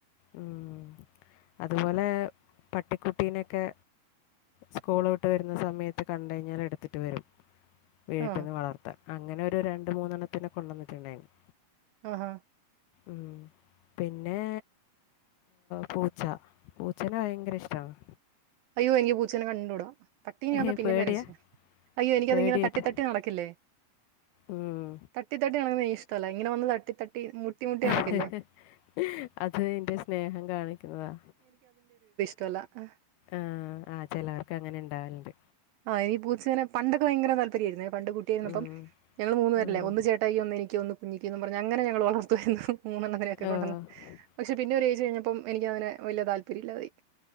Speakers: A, on the left (about 80°); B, on the right (about 80°).
A: ഉം അതുപോലെ പട്ടിക്കുട്ടിനൊക്കെ സ്കൂള് വിട്ട് വരുന്ന സമയത്ത് കണ്ട് കഴിഞ്ഞാൽ എടുത്തിട്ട് വരും വീട്ടിൽവളർത്താൻ
B: ആ
A: അങ്ങനെ ഒരു രണ്ടു മൂന്നെണ്ണത്തിനെ കൊണ്ടുവന്നിട്ടുണ്ടായിരുന്നു
B: ആഹഹാ
A: ഉ പിന്നെ പൂച്ച പൂച്ചനെ ഭയങ്കര ഇഷ്ടമാണ്
B: അയ്യോ എനിക്ക് പൂച്ചേനെ കണ്ടൂടാ പട്ടീനൊക്കെ
A: ഏ
B: പിന്നെ
A: പേടിയാ
B: <inaudible> അയ്യോ എനിക്കത്ങ്ങനെ
A: പേടിയായിട്ട്
B: തട്ടി തട്ടി നടക്കില്ലേ
A: ഉം.
B: തട്ടി തട്ടി നടക്കുനത് എനിക്ക്ഇഷ്ടമല്ല ഇങ്ങനെ വന്ന് തട്ടി തട്ടി മുട്ടി മുട്ടി
A: ഹ
B: നടക്കില്ലേ
A: ഹഅത് അതിന്റെ സ്നേഹം കാണിക്കുന്നതാ
B: ചലാ ആ <inaudible>
A: ആ ആ് ചിലവർക്ക് അങ്ങനെ ഉണ്ടാവലുണ്ട്
B: ആ് ഇനി പൂച്ചനെ പണ്ടൊക്കെ ഭയങ്കര താപര്യമായിയിരുന്നു പണ്ട് കുട്ടിയായിരുന്നപ്പംഞങ്ങങ്ങള്
A: ഉം.
B: മൂന്നുേ പേരല്ലേ
A: ഉം.
B: ഒന്ന് ചേട്ടായി ഒന്ന് എനിക്ക് ഒന്ന് ങ്ങിക്കിന്ന് പറഞ്ഞ്ഞ അങ്ങന ഞൾ വളർത്തുമായിരുന്നു മൂന്നണ്ണനൊക്കെ
A: ഓ
B: കൊണ്ടന്ന് പക്ഷെ പിന്നെ ഒരു ദിവസം കഴിഞ്ഞപ്പം എനിക്കതിനെ വലിയ താല്പര്യം ഇല്ലാതായി